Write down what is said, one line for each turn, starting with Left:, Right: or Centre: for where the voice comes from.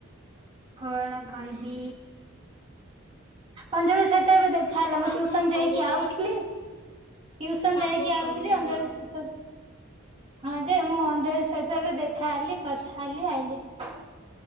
Right: କଣ ଖାଇ। ଅଞ୍ଜଳି ସହିତ ଏବେ ଦେଖାହଲା।
Left: ମୋର କାମ
Right: ମୁଁ ଟ୍ୟୁସନ୍
Left: ସରୁନି
Right: ଯାଇକି ଆଉଥିଲି।
Left: ଲୋ
Right: ଟ୍ୟୁସନ୍
Left: କାମ
Right: ଯାଇକି
Left: ସରୁନି
Right: ଆଉଥିଲି। ଅଞ୍ଜଳି
Left: ମୋର।
Right: ସହିତ ହଁ, ଯେ, ମୁଁ ଅଞ୍ଜଳି ସହିତ ବି ଦେଖା ହେଲି। କଥା ହେଲି। <unintelligible>